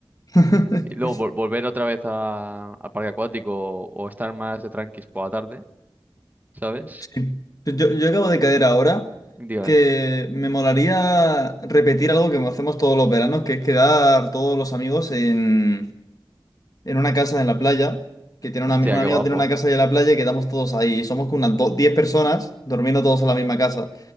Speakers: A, on the left; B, on the right.
A: <laughs>
B: Y luego vol- volver otra vez a- al parque acuático o estar más de tranquis por la tarde, ¿sabes?
A: Sí. Yo, yo acabo de caer ahora
B: Digo,
A: que me molaría repetir algo que hacemos todos los veranos, que es quedar todos los amigos en, en una casa en la playa, que tiene
B: Hostia,
A: una, ami- una
B: qué
A: amiga
B: guapo.
A: tiene una casa ahí en la playa y quedamos todos ahí. Somos como unas do- 10 personas durmiendo todos en la misma casa.